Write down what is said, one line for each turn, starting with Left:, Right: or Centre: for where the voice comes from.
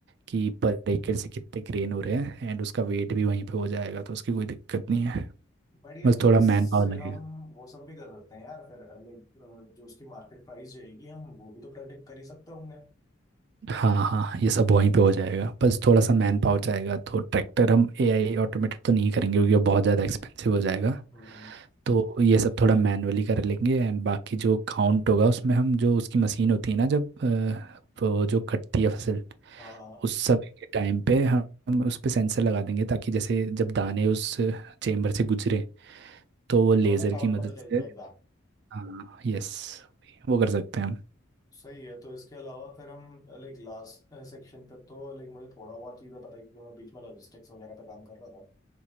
Right: कि पर एकड़ से कितने ग्रेन हो रहे हैं एंड उसका वेट भी वहीं पे हो जाएगा तो उसकी कोई दिक्कत नहीं है
Left: बढ़िया
Right: बस
Left: है, तो
Right: थोड़ा
Left: इससे
Right: मैन पावर लगेगा
Left: हम वो सब भी कर सकते हैं यार फिर लाइक जो उसकी मार्केट प्राइस जाएगी हम वो भी तो प्रेडिक्ट कर ही सकते होंगे
Right: हाँ हाँ हाँ, ये सब वहीं पे हो जाएगा बस थोड़ा सा मैन पावर जाएगा तो ट्रैक्टर हम एआई ऑटोमेटेड तो नहीं करेंगे क्योंकि वो बहुत ज़्यादा एक्सपेंसिव हो जाएगा
Left: हम्म
Right: तो ये सब थोड़ा मैनुअली कर लेंगे एंड बाकी जो काउंट होगा उसमें हम जो उसकी मशीन होती है ना जब अ, वो जो कटती है फसल
Left: हाँ हाँ,
Right: उस समय के टाइम पे हम हम उस पे सेंसर लगा देंगे ताकि जैसे जब दाने उस चेम्बर से गुजरे तो वो लेज़र
Left: तो हमें काउंट
Right: की मदद
Left: पता चल जाएगा
Right: से हाँ यस वो कर सकते हैं हम
Left: सही है तो इसके अलावा फिर हम लाइक लास्ट सेक्शन पे तो लाइक मुझे थोड़ा बहुत चीज़ें पता है क्योंकि मैं बीच में लॉजिस्टिक्स वगैरह पे काम कर रहा था